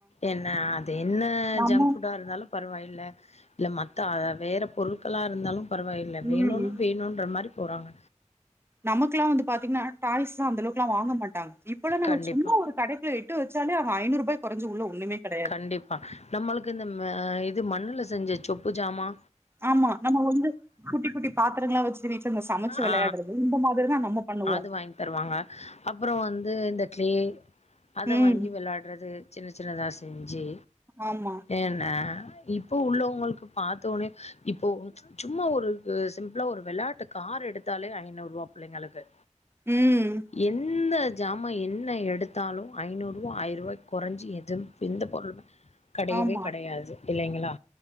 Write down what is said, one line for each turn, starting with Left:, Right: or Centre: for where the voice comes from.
Left: என்ன அது என்ன
Right: நம்ம
Left: ஜங்க் ஃபுட்டா இருந்தாலு பரவாயில்ல இல்ல மத்த ஆ வேற பொருள்களா இருந்தாலு பரவாயில்ல வேணுன்னா
Right: ம்
Left: வேணுன்ற மாரி போறாங்க
Right: நமக்குலா வந்து பாத்தீங்கன்னா டாய்ஸ்ல்லா அந்த அளவுக்குலா வாங்க மாட்டாங்க இப்பல்லா நம்ம
Left: கண்டிப்பா,
Right: சும்மா ஒரு கடை க்கு எட்டு வச்சாலே அக ஐநூ ரூபாய் கொறஞ்சு உள்ள ஒண்ணுமே கடையாது
Left: கண்டிப்பா நம்மளுக்கு இந்த ம இது மண்ணுல செஞ்ச சொப்பு ஜாமா
Right: ஆமா நம்ம வந்து குட்டி குட்டி பாத்திரங்களா வச்சு ரிச்சு அந்த சமச்சு வெளையாட்றது
Left: ஆ
Right: இந்த மாதிரிதா நம்ம பண்ணுவோ
Left: அது வாங்கி தருவாங்க அப்புறோ வந்து இந்த க்ளே அத
Right: ம்
Left: வாங்கி விளாட்றது சின்ன சின்னதா செஞ்சு
Right: ஆமா
Left: ஏனா இப்போ உள்ளவங்களுக்கு பாத்தோனே இப்போது சும்மா ஒரு வு சிம்ப்ளா ஒரு வெளாட்டு கார் எடுத்தாலே ஐநூரூவா பிள்ளைங்களுக்கு
Right: ம்
Left: எந்த ஜாமா என்ன எடுத்தாலு ஐநூறுவா ஆய ரூவாய்க் கொறைஞ்சி எதும் எந்த பொருளு கடையவே
Right: ஆமா
Left: கடையாது இல்லைங்களா